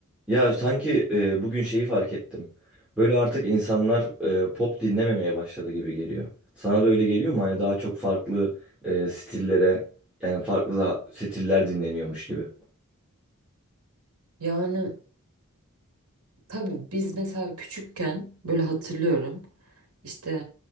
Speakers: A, in the centre; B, on the right.
A: Ya sanki e, bugün şeyi fark ettim. Böyle artık insanlar e, pop dinlememeye başladı gibi geliyor. Sana da öyle geliyor mu? Hani daha çok farklı e, stillere yani farklı da stiller dinleniyormuş gibi.
B: Yani tabii biz mesela küçükken böyle hatırlıyorum işte